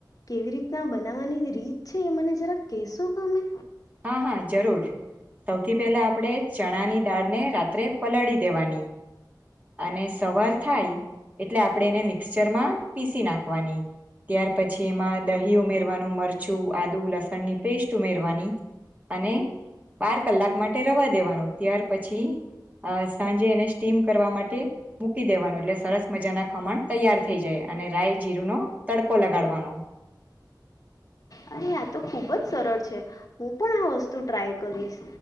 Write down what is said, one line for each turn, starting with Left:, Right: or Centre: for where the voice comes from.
Left: કેવી રીતના બનાવવાની રીત છે એ મને જરા કહેશો તમે
Right: હા હા જરૂર સૌથી પહેલા આપણે ચણાની દાળને રા ત્રે પલાળી દેવાની અને સવાર થાય એટલે આપણે એને મિક્ચરમાં પીસી નાખવાની ત્યાર પછી એમાં દહી ઉમેરવાનું મરચું આદુ લસણની પેસ્ટ ઉમેરવાની. અને બાર કલાક માટે રવા દેવાનું ત્યાર પછી સાંજે એને સ્ટીમ કરવા માટે મૂકી દેવાનું એટલે સરસ મજાના ખમણ તૈયાર થઈ જાય અને રાય જીરુંનો તડકો લગાડવાનો.
Left: અરે આ તો ખૂબ જ સરળ છે. હું પણ આ વસ્તુ ટ્રાય કરીશ